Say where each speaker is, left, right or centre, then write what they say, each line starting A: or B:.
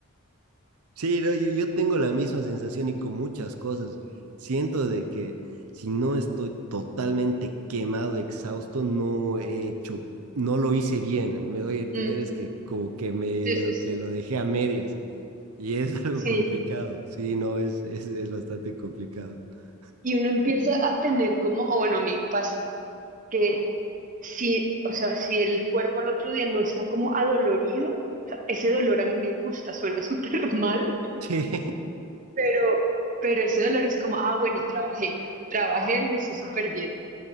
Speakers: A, on the right (about 80°); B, on the right (about 35°).
A: Sí, no, yo, yo tengo la misma sensación y con muchas cosas. Siento de que si no estoy totalmente quemado, exhausto, no he hecho, no lo hice bien. Me doy a entender,
B: Mm,
A: es que como que medio
B: sí, sí, sí.
A: que lo dejé a medias y es <laughs> algo
B: Sí.
A: complicado. Sí, no, es, es, es bastante complicado. <laughs>
B: Y uno empieza a tener como, o bueno, a mí me pasa, que si, o sea, si el cuerpo al otro día no está como adolorido, o sea, ese dolor a mí me gusta, suena súper <laughs> mal,
A: Sí.
B: Pero, pero ese dolor es como, ah, bueno, trabajé, trabajé, lo hice súper bien.